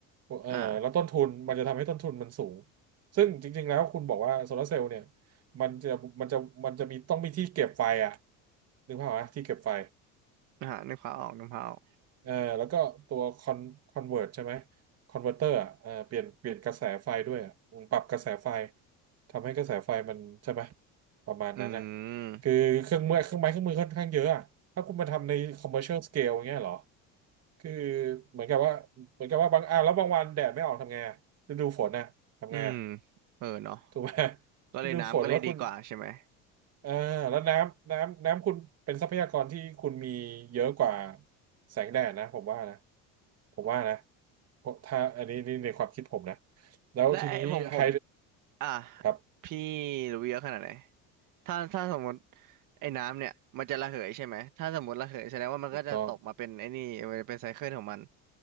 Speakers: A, on the right; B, on the right.
A: เออแล้วต้นทุนมันจะทำให้ต้นทุนมันสูง
B: อ่า
A: ซึ่งจริงๆแล้วคุณบอกว่าโซลาร์เซลล์เนี่ยมันจะมันจะมันจะมีต้องมีที่เก็บไฟอ่ะนึกภาพไหมที่เก็บไฟ
B: อ่ะฮะนึกภาพออกนึกภาพออก
A: เออแล้วก็ตัวคอนคอนเวิร์ตใช่ไหมคอนเวอร์เตอร์อ่ะเออเปลี่ยนเปลี่ยนกระแสไฟด้วยอ่ะอืมปรับกระแสไฟทำให้กระแสไฟมันใช่ไหมประมาณนั้นนะ
B: อืม
A: คือเครื่องมือเครื่องไม้เครื่องมือค่อนข้างเยอะอ่ะถ้าคุณมาทำใน commercial scale อย่างเงี้ยเหรอคือเหมือนกับว่าเหมือนกับว่าบางอ่ะแล้วบางวันแดดไม่ออกทำไงอ่ะฤดูฝนน่ะทำไงอะ
B: อืมเออเนาะ
A: ถูกไหม
B: ก็เลยน้ำก็เลยดีกว่าใช่ไหม
A: ฤดูฝนแล้วคุณ อ่าแล้วน้ำน้ำน้ำคุณเป็นทรัพยากรที่คุณมีเยอะกว่าแสงแดดนะผมว่านะผมว่านะเพราะถ้าอันนี้นี่ในความคิดผมนะแล้วทีนี้ไฮ
B: และไอ้ผมผมอ่ะ
A: ครับ
B: พี่รู้เยอะขนาดไหนถ้าถ้าสมมติไอ้น้ำเนี่ยมันจะระเหยใช่ไหมถ้าสมมติระเหยแสดงว่ามันก็จะตกมาเป็นไอ้นี่มันจะเป็นไซเคิลของมัน
A: ถูกต้อง